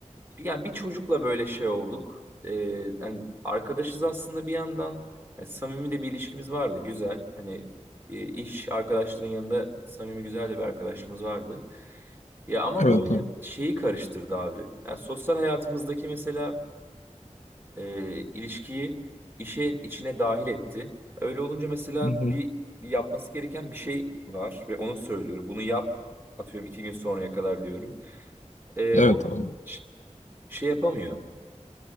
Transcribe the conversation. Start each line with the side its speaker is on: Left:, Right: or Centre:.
Right: bir- yani bir çocukla böyle şey olduk. E, yani arkadaşız aslında bir yandan. Yani samimi de bir ilişkimiz vardı güzel. Hani e, iş arkadaşlığının yanında samimi güzel de bir arkadaşlığımız vardı. Ya ama
Left: Evet
Right: böyle
Left: abi.
Right: şeyi karıştırdı abi. Yani sosyal hayatımızdaki mesela e, ilişkiyi işin içine dahil etti. Öyle olunca mesela
Left: Hı hı.
Right: bir, bir yapması gereken bir şey var ve onu söylüyor. Bunu yap atıyorum iki gün sonraya kadar diyorum. E,
Left: Evet
Right: onu
Left: abi.
Right: ş- şey yapamıyor.